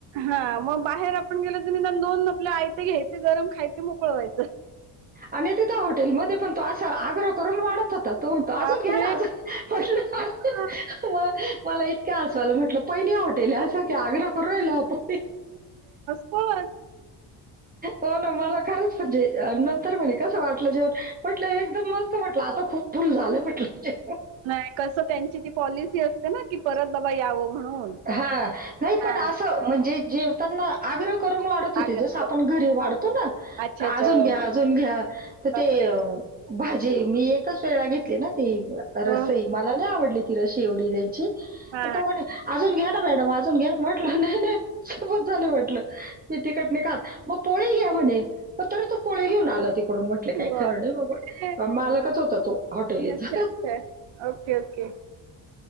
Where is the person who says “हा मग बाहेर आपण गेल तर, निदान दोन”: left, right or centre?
Right